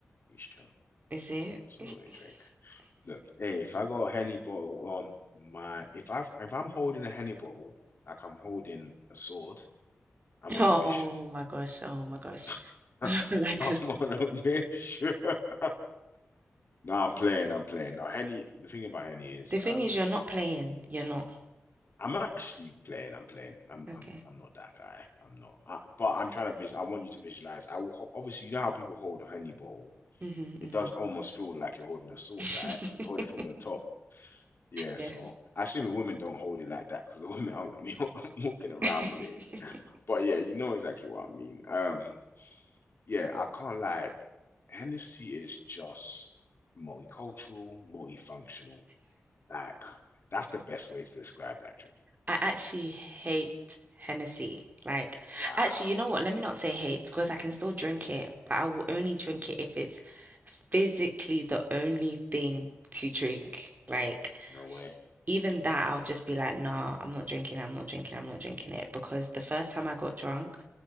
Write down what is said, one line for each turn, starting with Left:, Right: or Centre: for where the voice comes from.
Left: Isha,
Right: Is it?
Left: that's
Right: <laughs>
Left: a naughty drink. Look, hey, if I got a Henny bottle on my, if I if I'm holding a Henny bottle like I'm holding a sword, I'm on
Right: Oh
Left: a mission.
Right: my gosh. Oh my gosh.
Left: <laughs>
Right: <laughs> Like
Left: I'm
Right: a
Left: on a mission. <laughs> No, I'm playing. I'm playing. Now, Henny. The thing about Henny is,
Right: The thing
Left: um,
Right: is, you're not playing. You're not.
Left: I'm actually playing. I'm playing. I'm
Right: Okay.
Left: I'm I'm not that guy. I'm not. I, but I'm trying to visual. I want you to visualize. I will ho- obviously you know how people hold a honey bowl.
Right: Mm-hmm,
Left: It does almost feel like you're holding a sword,
Right: mm-hmm.
Left: right? Because you hold it from the
Right: <laughs>
Left: top. Yeah.
Right: Yes.
Left: So I assume women don't hold it like that because the <laughs> women aren't gonna be <laughs> walking
Right: <laughs>
Left: around
Right: I
Left: with it. But yeah, you know exactly what I mean. Um. Yeah. I can't lie. Hennessy is just multicultural, multifunctional. Like that's the best way to describe that drink.
Right: actually hate Hennessy. Like,
Left: Wow.
Right: actually, you know what? Let me not say hate because I can still drink it, but I will only drink it if it's physically the only thing to drink. Like,
Left: No way.
Right: even that, I'll just be like, nah, I'm not drinking it. I'm not drinking it. I'm not drinking it. Because the first time I got drunk